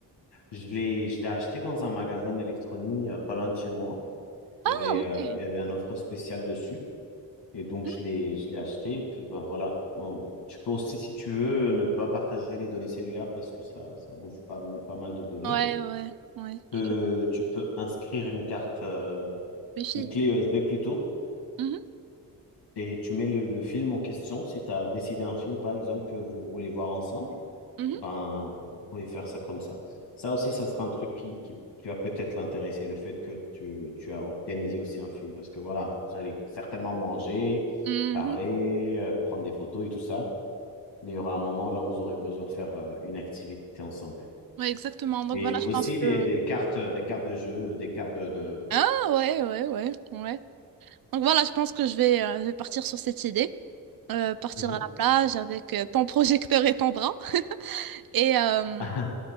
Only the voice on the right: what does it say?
Ah,
ok.
Hmm.
Ouais, ouais, ouais. Tu
peux
réfléchir.
Mhm,
mhm,
mhm.
Ouais, exactement. Donc
voilà, je
pense que...
Ah, ouais, ouais, ouais, ouais. Donc voilà, je pense que je vais, euh, je vais partir sur cette idée. Euh, partir
à la plage avec euh, ton projecteur et ton bras. <laughs> Et, euh,